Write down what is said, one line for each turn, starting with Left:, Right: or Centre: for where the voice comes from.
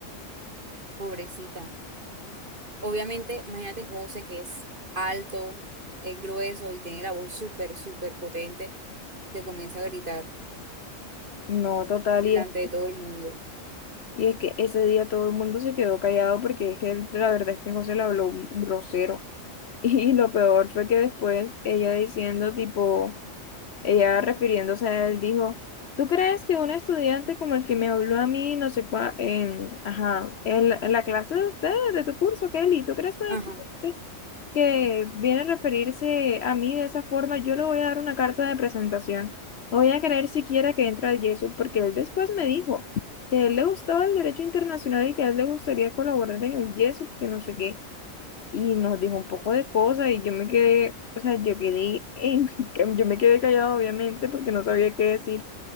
Right: Pobrecita. Obviamente, imagínate José que es alto, es grueso y tiene la voz súper, súper potente, te comienza a gritar
Left: No, total, y
Right: delante
Left: es,
Right: de todo el mundo.
Left: y es que ese día todo el mundo se quedó callado porque es que él- la verdad es que José le habló un grosero. <laughs> Y lo peor fue que después ella diciendo, tipo, ella refiriéndose a él, dijo, ¿tú crees que un estudiante como el que me habló a mí, no sé cuál, en, ajá, en, la en la clase de ustedes, de tu curso, Kelly, ¿tú crees que un
Right: Ajá,
Left: estudiante? que viene a referirse a mí de esa forma, yo le voy a dar una carta de presentación. No voy a creer siquiera que entre al Yesu, porque él después me dijo que a él le gustaba el derecho internacional y que a él le gustaría colaborar en el Yesu, que no sé qué. Y nos dijo un poco de cosas y yo me quedé, o sea, yo quedé en, <laughs> yo me quedé callado obviamente porque no sabía qué decir,